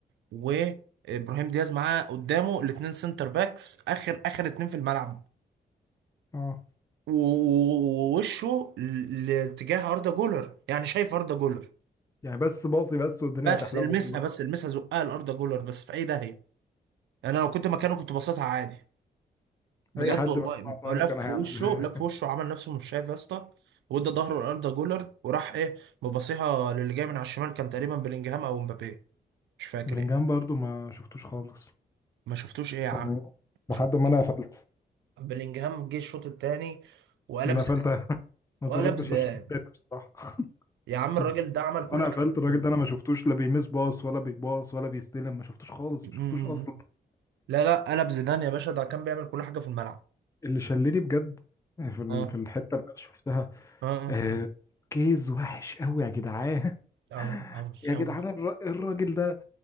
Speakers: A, on the right; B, on the left.
A: وابراهيم دياز معاه قدامه الاتنين سنتر باكس اخر اخر اتنين في الملعب
B: اه
A: ووشه ل- لاتجاه اردا جولر يعني شايف اردا جولر
B: يعني بس باصي بس والدنيا
A: بس
B: هتحلو
A: المسها
B: والله
A: بس المسها زقها لاردا جولر بس في اي داهيه يعني انا لو كنت مكانه كنت بصيتها عادي بجد
B: اي
A: أكيد
B: حد
A: والله
B: مكان عطاها
A: لف
B: كان هيعملها
A: وشه
B: يعني.
A: لف وشه عمل نفسه مش شايف يا اسطى وادى ظهره لاردا جولر وراح ايه مبصيها للي جاي من على الشمال كان تقريبا بلينجهام او مبابي مش فاكر
B: بلينجهام
A: يعني
B: برضو ما شفتوش خالص
A: ما شفتوش ايه يا عم
B: يعني لحد
A: ما شفتوش
B: ما انا قفلت
A: بلينجهام جه الشوط الثاني وقلب
B: انا قفلت <laughs> ما
A: وقلب
B: اتفرجتش
A: زيدان
B: على الشوط التاني بصراحه
A: يا عم الراجل
B: <laughs>
A: ده عمل كل
B: انا
A: حاجه
B: قفلت
A: في الكوره
B: الراجل ده انا ما شفتوش لا بيمس باص ولا بيباص ولا بيستلم ما شفتوش خالص
A: أمم.
B: ما شفتوش اصلا
A: لا لا قلب زيدان يا باشا ده كان بيعمل كل حاجه في الملعب
B: اللي شلني بجد في ال-
A: اه
B: في الحته اللي انا شفتها
A: اه اه
B: آه، سكيز وحش قوي يا جدعان
A: اه اوي
B: يا جدعان
A: اوي
B: الر- الراجل ده